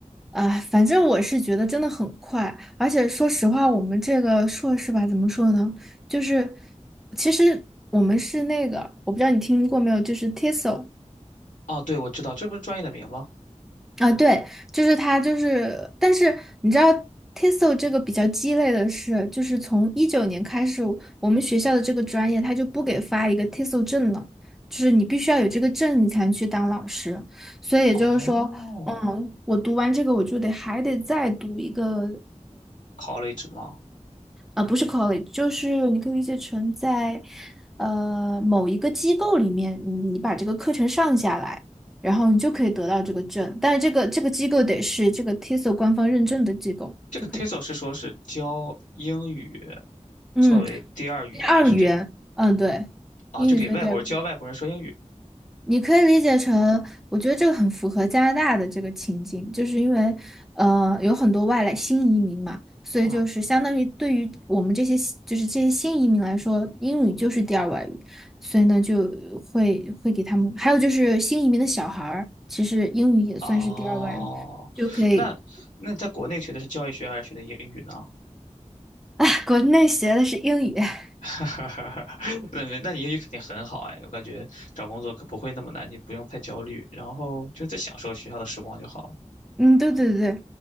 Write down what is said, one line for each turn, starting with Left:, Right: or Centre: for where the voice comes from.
Centre: 啊、反正我是觉得真的很快，而且说实话，我们这个硕士吧，怎么说呢？就是，其实我们是那个，我不知道你听过没有，就是 TESOL，
Left: 哦对，我知道，这不是专业的名吗？
Centre: 啊，对，就是它，就是，但是你知道，TESOL 这个比较鸡肋的是，就是从一九年开始，我们学校的这个专业它就不给发一个 TESOL 证了，就是你必须要有这个证，你才能去当老师。所以也就是说，
Left: 哦
Centre: 嗯，我读完这个，我就得还得再读一个。
Left: ，college 吗？
Centre: 啊，不是 college，就是你可以理解成在呃某一个机构里面，你你把这个课程上下来，然后你就可以得到这个证。但是这个这个机构得是这个 TESOL 官方认证的机构就可以。
Left: 这个 TESOL 是说是教英语
Centre: 嗯，
Left: 作为第二语言，
Centre: 第二语言，
Left: 是这
Centre: 嗯，对，
Left: 啊？
Centre: 英语作为第二。
Left: 就给外国人教外国人说英语。
Centre: 你可以理解成，我觉得这个很符合加拿大的这个情境，就是因为呃有很多外来新移民嘛，所以就是相当于对于我们这些新就是这些新移民来说，
Left: 嗯，
Centre: 英语就是第二外语，所以呢就会会给他们，还有就是新移民的小孩儿，其实英语也算是第二外语，
Left: 哦，
Centre: 就可以，
Left: 那那你在国内学的是教育学还是学的英语呢？
Centre: 哎，国内学的是英语，<laughs>
Left: <laughs> 那没那你英语肯定很好哎，我感觉找工作可不会那么难，你不用太焦虑，然后就在享受学校的时光就好了。
Centre: 嗯，对对对，